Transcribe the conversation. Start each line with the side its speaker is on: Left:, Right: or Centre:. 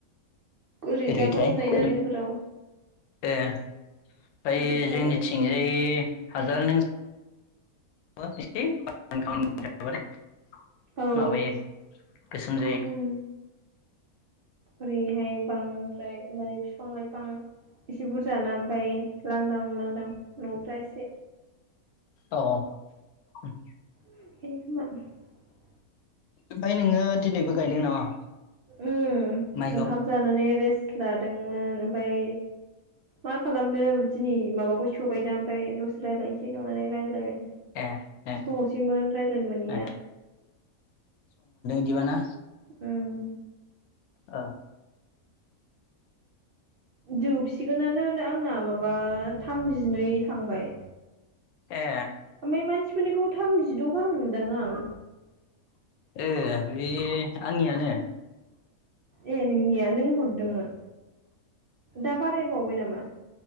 Right: ओरै
Left: बोरैथाय
Right: जा गरम जायोना नोगोराव
Left: ए ओमफ्राय
Right: बेखायनो
Left: जोंनिथिंजाय हाजार नों <unintelligible>
Right: औ
Left: माबायो गोसोम जायो।
Right: उम ओरैहाय बांद्राय माने बिफां लाइफां एसे बुरजा ना ओमफ्राय लांदां लांदां न'फ्रा एसे
Left: अ अ उम
Right: <inaudible>
Left: ओमफ्राय नोङो दिनैबो गायदों नामा?
Right: उह
Left: माइखौ
Right: ओंखाम जानानै रेस लादोंमोन ओमफ्राय मा खालामनो दिनै माबाफोर जबायना ओमफ्राय दससे रायज्लायनोसै नंनानै रायज्लायबाय।
Left: ए ए
Right: गोबावसैमोन रायज्लायनो मोनैया।
Left: ए बिदिबाना।
Right: उम
Left: ओ
Right: जोबसिगोनानो आंना माबा थामजिनै थांबाय।
Left: ए
Right: ओमफ्राय मानसिफोरनिखौ थामजिद' गाहाम नुदों आं।
Left: ए बे आंनियानो।
Right: ए नोंनिया नों हरदोंमोन दा बारायबावबाय नामा?